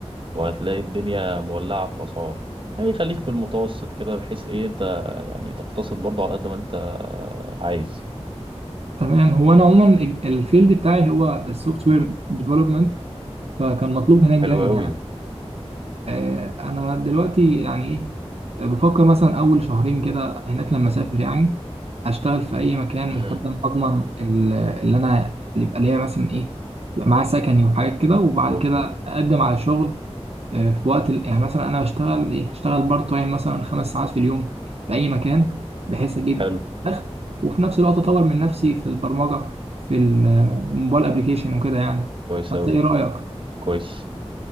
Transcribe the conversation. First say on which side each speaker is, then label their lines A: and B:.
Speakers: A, on the right; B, on the right.
A: وهتلاقي الدنيا مولعة في الاسعار يعني خليك في المتوسط كده بحيث ايه انت يعني تقتصد برضو على قد ما انت عايز
B: تمام هو انا عموما الفيلد بتاعي هو السوفت وير ديفلوبمنت فكان مطلوب هناك
A: حلو
B: جامد
A: قوي
B: يعني
A: ده
B: آه، انا دلوقتي يعني ايه بفكر مثلا اول شهرين كده هناك لما اسافر يعني اشتغل في اي مكان
A: مم.
B: لحد ما اضمن ال- اللي انا اللي يبقى ليا مثلا ايه يبقى معايا سكني وحاجات كده وبعد
A: اوكي
B: كده اقدم على شغل آه، في وقت ال- يعني مثلا انا هشتغل ايه هشتغل بارت تايم مثلا خمس ساعات في اليوم في اي مكان بحيث اجيب
A: حلو
B: دخل وفي نفس الوقت اطور من نفسي في البرمجه في الموبايل ابلكيشن وكده يعني
A: كويس
B: فانت
A: اوي
B: ايه رايك
A: كويس